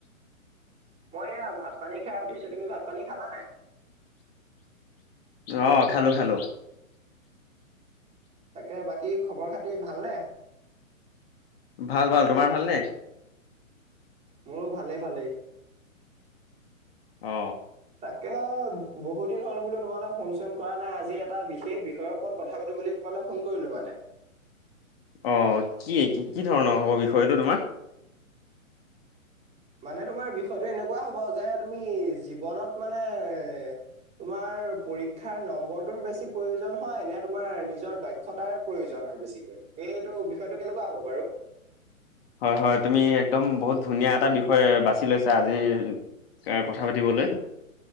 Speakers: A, on the right; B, on the left.
A: মই এয়া ভাত পানী খাই উঠিছোঁ তুমি ভাত পানী খালা নাই?
B: আহ খালোঁ খালোঁ।
A: তাকে বাকী খবৰ খাতি ভালনে?
B: ভাল ভাল তোমাৰ ভালনে?
A: মোৰো ভালেই ভালেই।
B: অ।
A: তাকে বহু দিন হ'ল বোলোঁ তোমালোক ফোন চোন কৰা নাই আজি এটা বিশেষ বিষয়ৰ ওপৰত কথা পাতোঁ। বুলি তোমালৈ ফোন কৰিলোঁ মানে
B: অহ কি কি ধৰণৰ হ'ব বিষয়টো তোমাৰ।
A: মানে তোমাৰ বিষয়টো এনেকুৱা হ'ব যে তুমি জীৱনত মানে এ তোমাৰ পৰীক্ষাৰ নম্বৰটোৰ বেছি প্ৰয়োজন হয় নে তোমাৰ নিজৰ দক্ষতাৰ প্ৰয়োজন। হয় বেছিকৈ সেইটো বিষয়টো কেনেকুৱা হ'ব বাৰু?
B: হয় হয় তুমি একদম বহুত ধুনীয়া এটা বিষয় বাছি লৈছা আজি। এ কথা পাতিবলৈ।